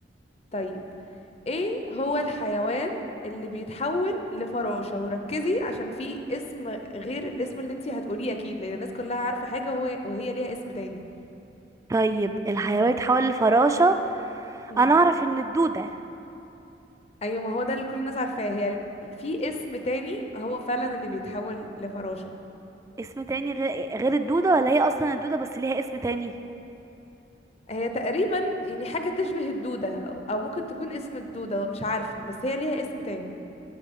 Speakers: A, on the left; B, on the right.
A: طيب ايه هو الحيوان اللي بيتحول لفراشة وركزي عشان في اسم غير الاسم اللي انتي هتقوليه اكيد لان الناس كلها عارفة حاجة وهو وهي ليها اسم تاني
B: طيب الحيوان اتحول لفراشة
A: مم.
B: انا اعرف ان الدودة
A: ايوه ما هو ده اللي كل الناس عارفاه هي في اسم تاني هو فعلا اللي بيتحول لفراشة
B: اسم تاني غير غير الدودة ولا هي أصلا الدودة بس ليها اسم تاني
A: هي تقريبا يعني حاجة تشبه الدودة أو أو ممكن تكون اسم الدودة مش عارفة بس هي ليها اسم تاني